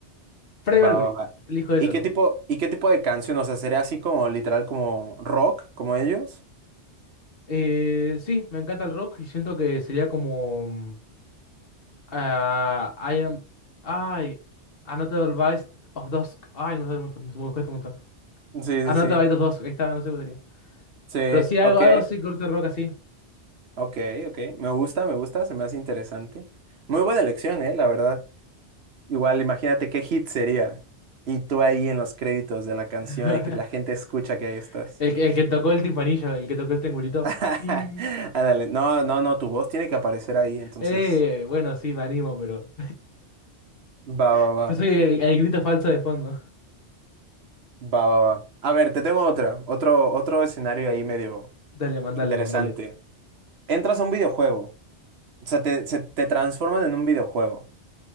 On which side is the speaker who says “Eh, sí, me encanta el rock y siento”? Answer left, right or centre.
Left